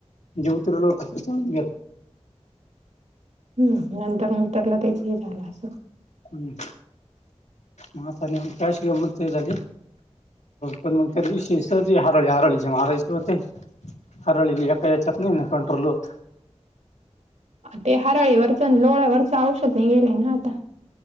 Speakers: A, on the left (about 75°); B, on the right (about 75°).
A: जेवतरला होता गलाऽ
B: हम्,,, नंतर मंतरला तेच हे झालं असंलऽ
A: हम्,,, माातान कायशी गमत झालीऽ पण मग त्या दिवशी सी हरळी, हारळी महारायचे होतेऽ हरळली एका याच्यात नाही ना कंट्रोल होत.
B: ते हारळीवरचं न लोहळ्यावरचं औषध नाही गेलंय ना आता.